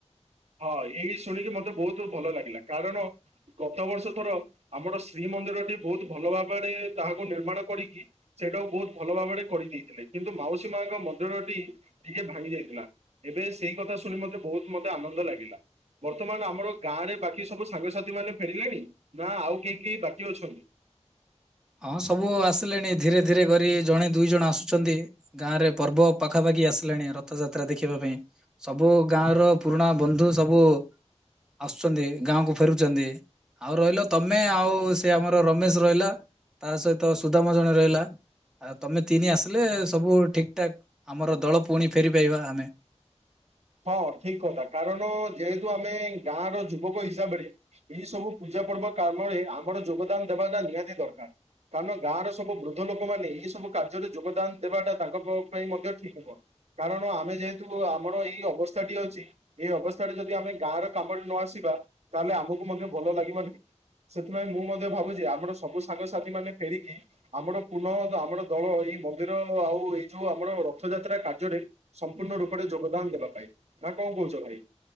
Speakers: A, on the right (about 65°); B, in the centre.
A: ହଁ ଏଇ ଶୁଣିକି ମତେ ବହୁତ ଭଲ ଲାଗିଲା କାରଣ ଗତ ବର୍ଷ ଥର ଆମର ଶ୍ରୀ ମନ୍ଦିରଟି ବହୁତ ଭଲ ଭାବରେ ତାହାକୁ ନିର୍ମାଣ କରିକି ସେଟାକୁ ବହୁତ ଭଲ ଭାବରେ କରିଦେଇଥିଲେ। କିନ୍ତୁ ମାଉସୀ ମାଙ୍କ ମନ୍ଦିରଟି ଟିକେ ଭାଙ୍ଗି ଯାଇଥିଲା। ଏବେ ସେଇ କଥା ଶୁଣି ମତେ ବହୁତ ମତେ ଆନନ୍ଦ ଭଲ ଲାଗିଲା। ବର୍ତ୍ତମାନ ଆମର ଗାଁ ରେ ବାକି ସବୁ ସାଙ୍ଗସାଥି ମାନେ ଫେରିଲେଣି। ନା ଆଉ କେହି କେହି ବାକି ଅଛନ୍ତି। <inaudible>
B: ହଁ ସବୁ ଆସିଲେଣି। ଧୀରେ ଧୀରେ କରି ଜଣେ ଦୁଇ ଜଣ ଆସୁଛନ୍ତି ଗାଁ ରେ ପର୍ବ ପାଖାପାଖି ଆସିଲାଣି ରଥଯାତ୍ରା ଦେଖିବା ପାଇଁ। ସବୁ ଗାଁ ଗାଁ ର ପୁରୁଣା ବନ୍ଧୁ ସବୁ ଆସୁଛନ୍ତି ଗାଁ କୁ ଫେରୁଛନ୍ତି। ଆଉ ରହିଲ ତମେ ଆଉ ସେ ଆମର ରମେଶ୍ ରହିଲା। ତା ସହିତ ସୁଦାମ ଜଣେ ରହିଲା। ତମେ ତିନି ଆସିଲେ ସବୁ ଠିକ୍ ଠାକ୍ ଆମର ଦଳ ପୁଣି ଫେରି ପାଇବା ଆମେ।
A: <inaudible> ହଁ ଠିକ୍ କଥା। କାରଣ ଯେହେତୁ ଆମେ ଗାଁ ର ଯୁବକ ହିସାବରେ ଏଇ ସବୁ ପୂଜା ପୂଜା ପର୍ବ କାମରେ ଆମର ଯୋଗଦାନ ଦେବାଟା ନିହାତି ଦରକାର। କାରଣ ଗାଁର ସବୁ ବୃଦ୍ଧ ଲୋକ ମାନେ ଏହି ସବୁ କାର୍ଯ୍ୟରେ ଯୋଗଦାନ ଦେବାଟା ତାଙ୍କ ପାଇଁ ମଧ୍ୟ ଠିକ୍ ହବ। କାରଣ ଆମେ ଯେହେତୁ ଆମର ଏଇ ଅ ଅବସ୍ଥାଟି ଅଛି ଏଇ ଅବସ୍ଥାରେ ଯଦି ଆମେ ଗାଁ ର କାମରେ ନ ଆସିବା ତାହେଲେ ଆମକୁ ମଧ୍ୟ ଭଲ ଲାଗିବ ନାହିଁ। ସେଥିପାଇଁ ମୁଁ ମଧ୍ୟ ଭାବୁଛି ଆମର ସବୁ ସାଙ୍ଗସାଥି ମାନେ ଫେରିକି ଆମର ପୁନଃ ଆମର ଦଳ ଏଇ ମନ୍ଦିର ଆଉ ଏଇ ଯୋଉ ଆମର ରଥଯାତ୍ରା କାର୍ଯ୍ୟରେ ସମ୍ପୂର୍ଣ୍ଣ ରୂପରେ ଯୋଗଦାନ ଦେବା ପାଇଁ। ନା କଣ କହୁଛ ଭାଇ।